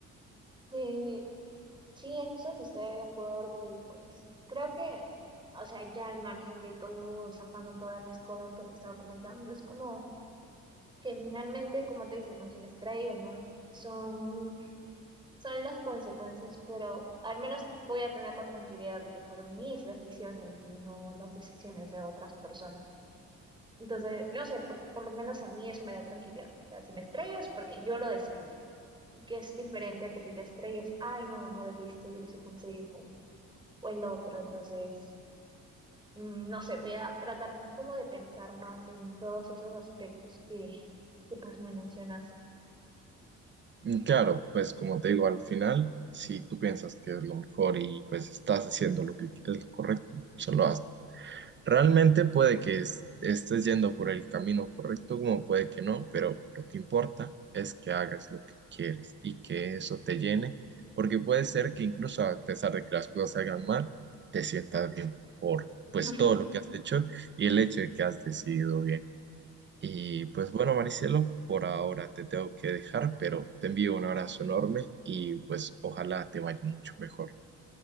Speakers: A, on the right (about 15°); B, on the right (about 40°).
A: Sí, sí, en eso sí estoy de acuerdo y pues creo que, o sea, ya al margen de todo, sacando todas las cosas que te estaba comentando, es como que finalmente, como te dices no, si me estrello, ¿no? Son, son las consecuencias, pero al menos voy a tener la tranquilidad de que fueron mis decisiones y no las decisiones de otras personas. Entonces, no sé, por, por lo menos a mí eso me da tranquilidad. O sea, si me estrello es porque yo lo decidí. que es diferente a que si te estrellas, ay, no, no debiste seguir ese consejo o el otro. Entonces, mm, no sé, voy a tratar como de pensar más en todos esos aspectos que, que pues me mencionas.
B: Y Claro, pues como te digo, al final, si tú piensas que es lo mejor y pues estás haciendo lo que es lo correcto, solo hazlo. Realmente puede que es- estés yendo por el camino correcto, como puede que no, pero lo que importa es que hagas lo que quieres y que eso te llene, porque puede ser que incluso a pesar de que las cosas salgan mal, te sientas bien por pues
A: <laughs>
B: todo lo que has hecho y el hecho de que has decidido bien. Y pues bueno, Maricelo, por ahora te tengo que dejar, pero te envío un abrazo enorme y pues ojalá te vaya mucho mejor.